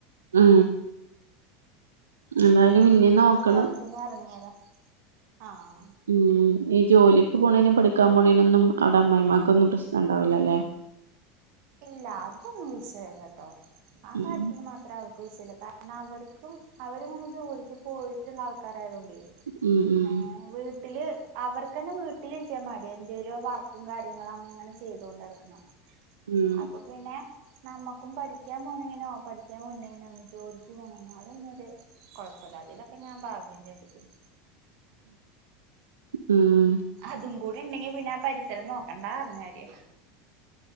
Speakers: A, on the right (about 75°); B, on the right (about 55°).
A: ഉം
B: അപ്പൊ
A: എന്തായാലും
B: ഇങ്ങനെ
A: ഇനി
B: കിട്ടിയ
A: നോക്കണം
B: ഗാപ്പില് അങ്ങ് എറങ്ങിയതാ ആഹ്
A: ഉം ഈ ജോലിക്ക് പോണേനും പഠി. ക്കാൻ പോണേനൊന്നും അവടെ അമ്മമായിമാക്കൊന്നും പ്രശ്ംണ്ടാവൂല്ലല്ലേ
B: ഇല്ലാ അതൊന്നും വിഷയല്ലാട്ടോ ആ
A: ഉം
B: കാര്യത്തിൽ മാത്രംഅവര് വിഷയില്ലാ കാരണം അവർക്കും അവരിങ്ങനെ ജോലിക്ക് പോയിട്ടുള്ള ആൾക്കാരായതുണ്ടോ.
A: ഉം ഉം
B: ഹോ വിട് വീട്ടില് അവർക്കന്നെ വീട്ടിലിരിക്കാൻ മടിയാ എന്തെലും വർക്കും കാര്യങ്ങളും അങ്ങനെ ചെയ്തോണ്ടടക്കണം.
A: ഉം
B: അപ്പൊ പിന്നെ നമ്മക്കും പഠിക്കാൻ പോണേനോ പഠിക്കാൻ വിട്ന്നേനോ ജോല ക്ക് പോണേന് അതൊന്നും ഒരു കൊഴപ്പല്ലാ അതിലൊക്കെ ഞാൻ ഭാഗ്യം ചെയ്തിട്ട്-
A: ഉം
B: അതും കൂടി ഉണ്ടെങ്കി പിന്നെ പരിസരം നോക്കണ്ടാ പറഞ്ഞര്.